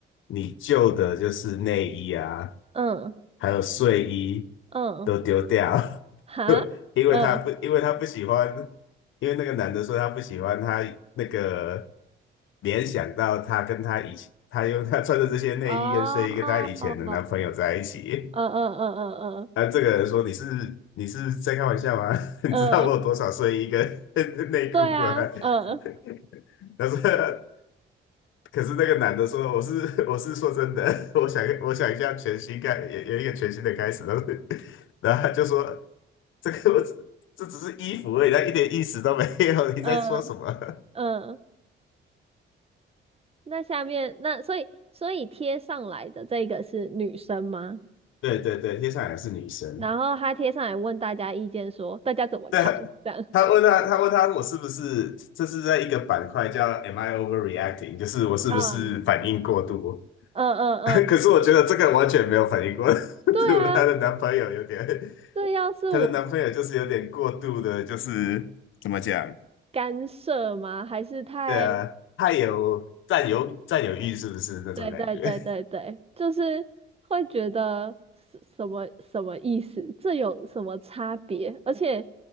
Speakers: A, on the left; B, on the right.
A: 你旧的就是内衣啊。
B: 嗯
A: 还有睡衣
B: 嗯，
A: 都丢掉，
B: 哈，
A: <laughs> 因为他不，
B: 嗯
A: 因为他不喜欢，因为那个男的说他不喜欢他那个联想到他跟他以前，他用他穿的这些内衣跟睡衣跟他以前的男朋友在一起，
B: 哦，嗯嗯嗯嗯
A: 啊，这个人说你是你是在开玩笑吗？<laughs> 你知道我有多少睡衣跟
B: 嗯嗯，
A: <laughs> 内裤吗？
B: 对啊，嗯
A: <laughs> 他说可是那个男的说：“我是 <laughs> 我是说真的，<laughs> 我想我想一下全新开有有一个全新的开始。”然后 <laughs> 然后他就说：“这个我只这只是衣服而已，它一点意思都没有，<laughs> 你在说什么？”
B: 嗯嗯，那下面那所以所以贴上来的这个是女生吗？
A: 对对对，接下来是女生。
B: 然后她贴上来问大家意见说，大家怎么看？
A: 对，
B: 这样，
A: 他问他他问他我是不是这是在一个板块叫 “Am I overreacting”，就是我是不是反应过度？
B: 嗯嗯嗯嗯，
A: <laughs> 可是我觉得这个完全没有反应过度，
B: 对啊，
A: <laughs> 她的男朋友有点，
B: 这要是我
A: 她的男朋友就是有点过度的，就是。怎么讲？
B: 干涉吗？还是太？
A: 对啊，太有占有占有欲是不是那种感觉？
B: 对对对对对，就是会觉得什什么什么意思？这有什么差别？而且，